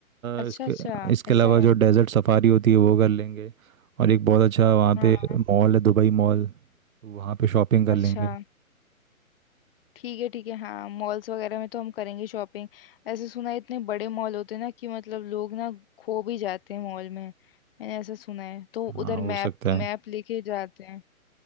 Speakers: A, on the left; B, on the right.
A: अच्छा
B: अ, इसके
A: अच्छा
B: इसके
A: ऐसा
B: अलावा जो
A: है
B: डेजर्ट सफारी होती है वो कर लेंगे और एक बहुत अच्छा वहाँ
A: हाँ
B: पे मॉल है दुबई मॉल वहाँ पे शॉपिंग कर
A: अच्छा
B: लेंगे
A: ठीक है ठीक है हाँ मॉल्स वगैरह में तो हम करेंगे शॉपिंग ऐसे सुना है इतने बड़े मॉल होते हैं ना कि मतलब लोग ना खो भी जाते हैं मॉल में मैंने ऐसा सुना है तो
B: हाँ
A: उधर
B: हो
A: मैप
B: सकता
A: मैप
B: है
A: लेके जाते हैं